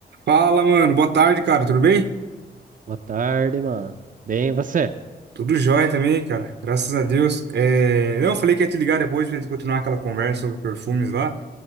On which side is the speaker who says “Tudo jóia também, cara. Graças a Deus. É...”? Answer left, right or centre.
Right